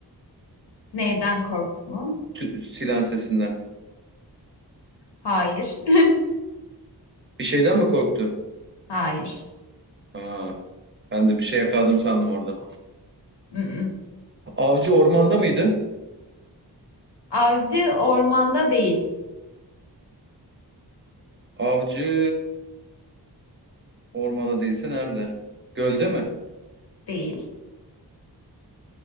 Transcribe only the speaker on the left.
Neyden korktu mu?
Hayır. <laughs>
Hayır.
Mm-mm.
Avcı ormanda değil.
Değil.